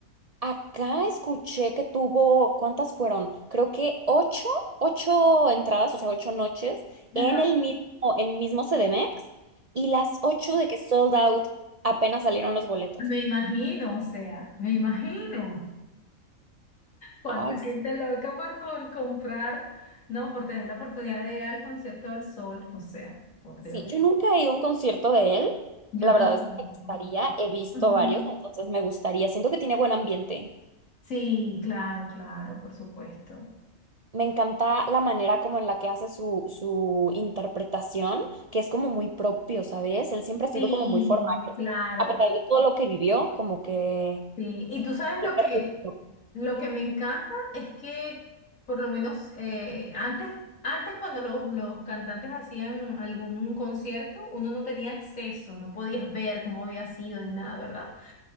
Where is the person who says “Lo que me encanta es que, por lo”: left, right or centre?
Left